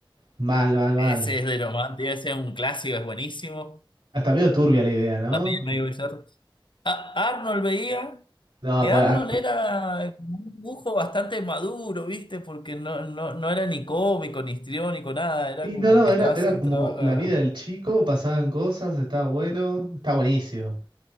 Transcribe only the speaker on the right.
Mal, mal, mal.
Hasta medio turbia la idea, ¿no?
No,
pues,
ar-
sí,
no, no,
era,
era
como
la vida del chico, pasaban cosas, estaba bueno, estaba buenísimo.